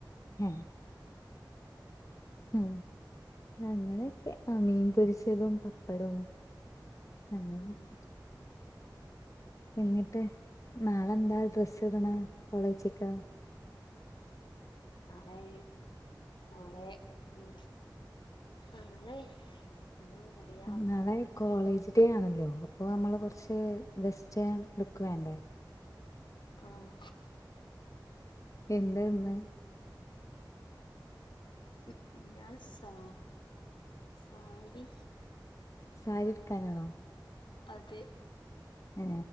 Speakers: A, on the left (about 40°); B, on the left (about 80°).
A: ആഹ്, ഉം അങ്ങനൊക്കെ, ആഹ്, മീൻ പൊരിച്ചതും പപ്പടവും, അങ്ങനെയൊക്കെ
B: ഉം
A: എന്നിട്ട് നാളെന്താ ഡ്രസ്സ് ഇടണെ കോളേജ് ക്
B: നാളെ നാളെ ഉം ആഹ് നാളെ. എന്ത <unintelligible> പറ
A: നാളെ കോളേജ് ഡേ ആണല്ലോ? അപ്പൊ നമ്മള് കുറച്ച് വെസ്റ്റേൺ ലുക്ക് വേണ്ടേ?
B: ആഹ്
A: എന്തന്ന്
B: <inaudible> ഞാൻ സാ സാരി
A: സാരി ഉടുക്കാനാണോ?
B: അതെ
A: ഏ